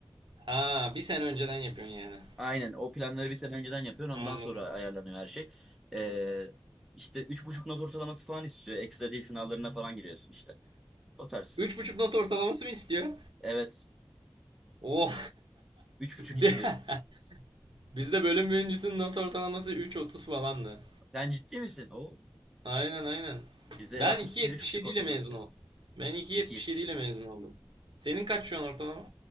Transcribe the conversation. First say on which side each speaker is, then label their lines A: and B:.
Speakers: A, on the right; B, in the centre.
A: Aa, bir sene önceden yapıyorsun yani.
B: Aynen o planları bir sene önceden yapıyorsun. Ondan
A: Anladım.
B: sonra ayarlanıyor her şey. E, işte üç buçuk not ortalaması falan istiyor. Ekstra dil sınavlarına falan giriyorsun işte. O tarz.
A: Üç buçuk not ortalaması mı istiyor?
B: Evet.
A: Oh.
B: Üç buçuk istiyor.
A: <laughs> Bi- <laughs> Bizde bölüm birincisinin not ortalaması üç otuz falandı.
B: Sen ciddi misin? O
A: Aynen aynen.
B: bizde
A: Ben
B: Erasmus
A: 2,77
B: için üç buçuk ortalama
A: ile mezun
B: istiyor.
A: oldum. Ben 2,77
B: iki yetmiş
A: ile
B: yedi.
A: mezun oldum. Senin kaç şu an ortalama?